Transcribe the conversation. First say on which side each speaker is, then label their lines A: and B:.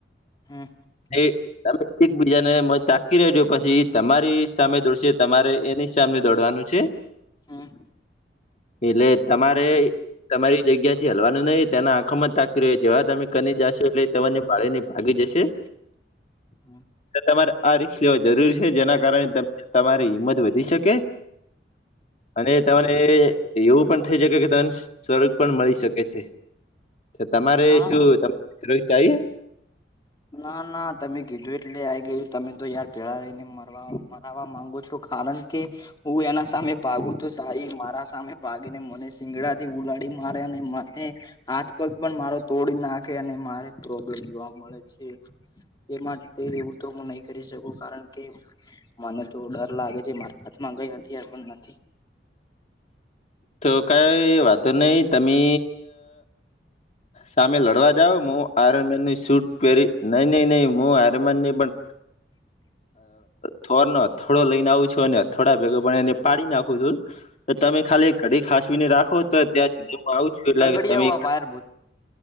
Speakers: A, on the left; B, on the left.
A: હમ્મ.
B: એ તમે એકબીજા ને માય તાકી રહજો પછી તમારી સામે દોડશે તમારે એની સામે દોડવાનું છે
A: હમ્મ.
B: એટલે તમારે તમારી જગ્યાથી હલવાનું નહી તેના આંખોમાં જ થાકી રહ્યો જેવા તમે કની જાશો તેવાની ભાળી ને ભાગી જશે
A: હમ્મ.
B: તમારે આ રિકસ લેવા જરૂરી છે જેના કારણે તમારી હિંમત વધી શકે અને તને એવું પણ થઈ શકે કે તમને સ્વર્ગ પણ મળી શકે છે. તમારે
A: હા
B: શું તમ ચાએ
A: ના ના તમે કીધું એટલે આ ગયું તમે તો યાર ભેળા રહીને મરવા મરાવા માંગો છો કારણ કે હું એના સામે ભાગું તું સાહી મારા સામે ભાગી ને મને સિંગડાથી ઉલાડી મારે અને મને હાથ પગ પણ મારો તોડી નાખે અને મારે પ્રોબ્લેમ જોવા મળે છે એ માટે એવું તો હું નહી કરી શકું કારણ કે મને તો ડર લાગે છે મારા હાથમાં ગઈ હથીયાર પણ નથી
B: તો કઈ વાંધો નહી તમે સામે લડવા જાઓ મુ આરે મેન નો શૂટ પહેરી નઈ નઈ નઈ હું હરમાન ની પણ થોવા નત થોડો લઈને આવું છું અને થોડા ભેગા બ એને પાડી નાખું છું તો તમે ખાલી ઘડીક હાચવીને રાખો તો ત્યાં સુધી હું આવું છું
A: તગડિયા
B: એટલે તમે
A: હુઆ વાયર